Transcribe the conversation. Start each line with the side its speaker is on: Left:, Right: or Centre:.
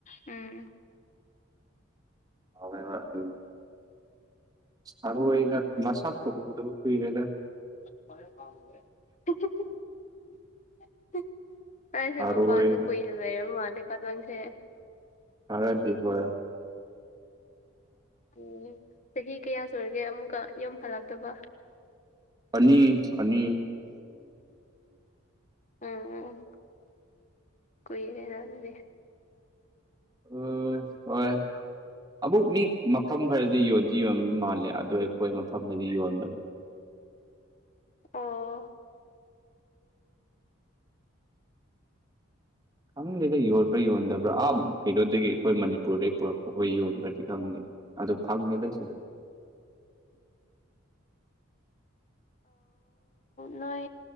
Left: ꯎꯝ
Right: ꯑꯥꯏ ꯑꯗꯨ ꯁꯔ ꯋꯥ ꯑꯣꯏ ꯏ ꯉ
Left: ꯎꯝ
Right: ꯃꯁꯥꯖ ꯀꯧꯗ ꯀꯤꯔꯦꯦ
Left: <unintelligible> ꯑꯩꯁꯦ
Right: ꯊꯔꯣꯏ
Left: ꯃꯄꯥꯟꯗ ꯀꯨꯏꯅ ꯂꯩꯔꯕ ꯃꯥꯜꯂꯦ ꯀꯇꯪꯁꯦ
Right: ꯍꯔꯗꯤꯚꯔ
Left: ꯎꯝ ꯆꯍꯤ ꯀꯌꯥ ꯁꯨꯔꯒꯦ ꯑꯃꯨꯛꯀ ꯌꯨꯝ ꯐꯠꯂꯛꯇꯕ
Right: ꯑꯅꯤ ꯑꯅꯤ
Left: ꯎꯝ ꯀꯔꯅꯥ ꯑꯗꯨꯃꯦ
Right: ꯎ ꯍꯣꯏ ꯑꯕꯨꯛ ꯃꯤ ꯃꯐꯝ ꯈꯔꯗꯤ ꯌꯣꯟꯗꯤ ꯌꯣꯟꯕ ꯃꯥꯜꯂꯦ ꯑꯗꯨꯗꯣ ꯑꯩꯈꯣꯏ ꯃꯐꯝꯗꯗꯤ ꯌꯣꯟꯗꯕ
Left: ꯑ
Right: ꯈꯪꯗꯦꯗ ꯌꯣꯟꯕ꯭ꯔꯥ ꯌꯣꯟꯗꯕ꯭ꯔꯥ ꯑꯥꯞ ꯀꯩꯅꯣꯗꯒꯤ ꯑꯩꯈꯣꯏ ꯃꯅꯤꯄꯨꯔꯗꯒꯤ ꯄꯨꯔꯛꯄ ꯑꯩꯈꯣꯏ ꯌꯣꯟꯕ꯭ꯔꯗꯤ ꯈꯪꯗꯦ ꯑꯗꯨꯗꯣ ꯐꯪꯃꯦꯗꯁꯨ
Left: ꯅꯣꯏ